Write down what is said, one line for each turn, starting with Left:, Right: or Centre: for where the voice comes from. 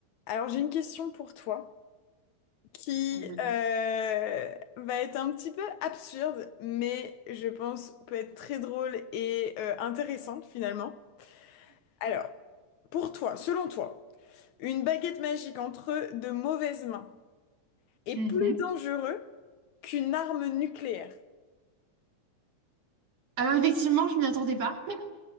Left: Alors j'ai une question pour toi qui
Right: Oui.
Left: euh, va être un petit peu absurde, mais je pense peut être très drôle et euh, intéressante finalement. Alors, pour toi, selon toi, une baguette magique entre de mauvaises mains est
Right: Mhm.
Left: plus dangereux qu'une arme nucléaire.
Right: Alors effectivement, je m'y attendais pas.